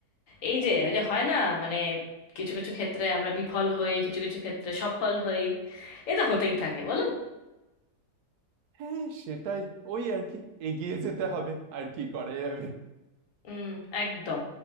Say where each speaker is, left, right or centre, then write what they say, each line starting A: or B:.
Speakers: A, on the left; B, on the right.
A: এই যে ওই যে হয় না মানে কিছু কিছু ক্ষেত্রে আমরা বিফল হই কিছু কিছু ক্ষেত্রে সফল হই এ তো হতেই থাকে বলো
B: হ্যাঁ সেটাই ওই আর কি এগিয়ে যেতে হবে আর কি করা যাবে
A: হুম একদম